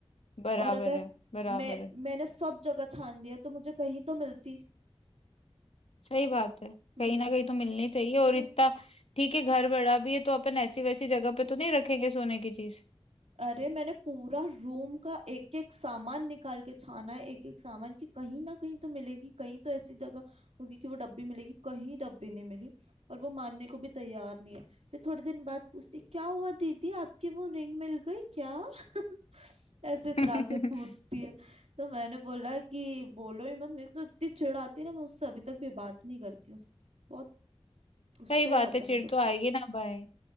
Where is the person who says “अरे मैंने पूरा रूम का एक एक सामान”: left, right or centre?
Right